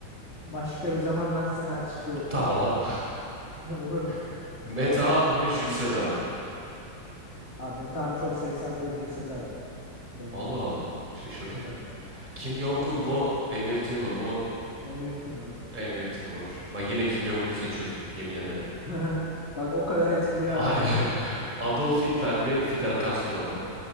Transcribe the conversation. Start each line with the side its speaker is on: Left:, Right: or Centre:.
Left: başka bir zaman ben sana açıklayayım.
Right: Tamam.
Left: <laughs> Olur mu?
Right: <laughs> Metehan mı? Jules Caesar mı?
Left: Abi Metehan'ı çok sevsem de Jules Caesar'dır benim
Right: Allah
Left: gözümde.
Right: Allah. Şaşırdım.
Left: Tabii.
Right: Kim Jong-un
Left: Şaşırtırım.
Right: mu? Emir Timur mu?
Left: Emir Timur.
Right: Emir Timur. Bak yine Kim Jong-un'u seçiyordum. Yemin ederim.
Left: <laughs> Bak o kadar etkiliyor
Right: Hayır.
Left: adam görüyor musun?
Right: <laughs> Adolf Hitler mi? Fidel Castro mu?